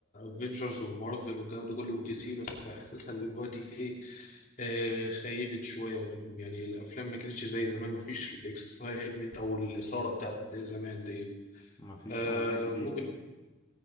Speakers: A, on the left; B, on the left.
A: افنجرز ومارفل والكلام ده كله ودي سي بس حاسسها دلوقتي ايه آه خيبت شويه منهم يعني الافلام ما كانتش زي زمان ما فيش الاكسايتمنت او الاثاره بتاعت زمان دي
B: مفيش
A: آه
B: مواضيع جديدة
A: ممكن
B: يعني.